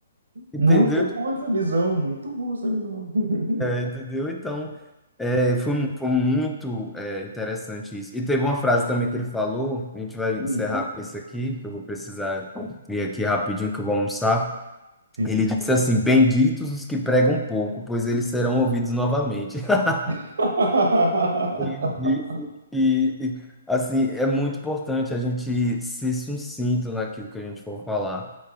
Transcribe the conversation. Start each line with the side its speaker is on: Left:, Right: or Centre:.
Centre: Entendeu?
Right: Muito boa essa visão, muito boa essa visão. <laughs>
Centre: Entendeu? Então, é, foi, mu- foi muito é, interessante isso. E teve uma frase também que ele falou, a gente vai encerrar
Right: Hum.
Centre: com isso aqui, que eu vou precisar ir aqui rapidinho que eu vou almoçar.
Right: Sim.
Centre: Ele disse assim: Benditos os que pregam pouco, pois eles serão ouvidos novamente. <laughs>
Right: <laughs>
Centre: Ele disse que, e, assim, é muito importante a gente ser sucinto naquilo que a gente for falar